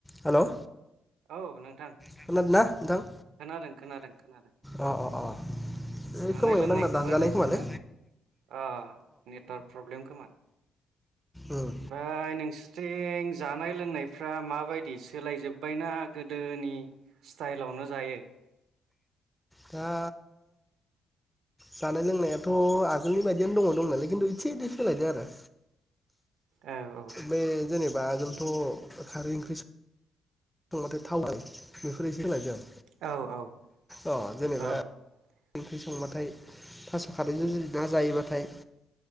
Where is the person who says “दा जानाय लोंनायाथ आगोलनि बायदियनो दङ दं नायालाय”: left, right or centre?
Centre